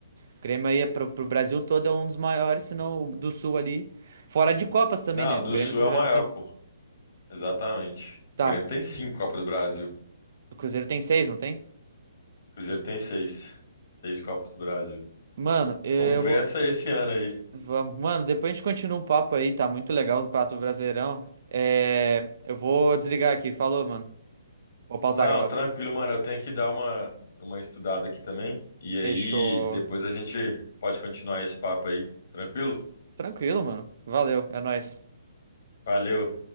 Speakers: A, on the right; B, on the left.
A: O Grêmio aí é pro, pro Brasil todo é um dos maiores, se não o do Sul ali. Fora de Copas também,
B: Não,
A: né? O
B: do
A: Grêmio
B: Sul
A: tem
B: é
A: tradição.
B: o maior, pô. Exatamente.
A: Tá,
B: O Grêmio tem
A: e
B: cinco Copa do Brasil. O
A: o Cruzeiro tem seis, não tem?
B: Cruzeiro tem seis. Seis Copas do Brasil.
A: Mano, eu
B: Vamos ver
A: vou.
B: essa esse ano aí.
A: Vamos. Mano, depois a gente continua o papo aí, tá muito legal o Pato Brasileirão. É, eu vou desligar aqui, falou, mano. Vou pausar
B: Não,
A: a gravação.
B: tranquilo, mano. Eu tenho que dar uma, uma estudada aqui também. E aí,
A: Fechou.
B: depois a gente pode continuar esse papo aí. Tranquilo?
A: Tranquilo, mano. Valeu, é nóis.
B: Valeu.